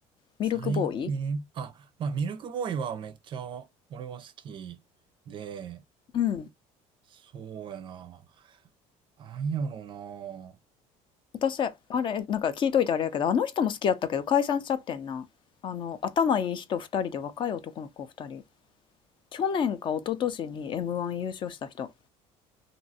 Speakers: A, on the left; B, on the right.
A: ミルクボーイ
B: 最近、あ、まあ、ミルクボーイはめっちゃ俺は好きで、
A: うん
B: そうやな。なんやろな。
A: 私、あれ、なんか聞いといてあれやけど、あの人も好きやったけど解散しちゃってんな。あの、頭いい人2人で若い男の子2人。去年か一昨年に M1 優勝した人。